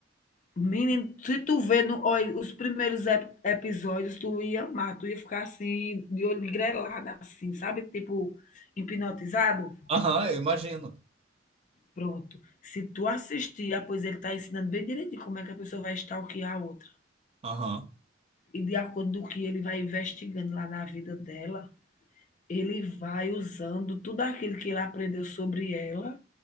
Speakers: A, on the left; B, on the right.
A: Menino, se tu vê no, olha, os primeiros ep- episódios, tu ia amar, tu ia ficar assim, de olho grelado, assim, sabe? Tipo, hipnotizado?
B: Aham, eu imagino.
A: Pronto. Se tu assistir, ah, pois ele está ensinando bem direitinho como é que a pessoa vai stalkear a outra.
B: Aham.
A: E de acordo com o que ele vai investigando lá na vida dela, ele vai usando tudo aquilo que ele aprendeu sobre ela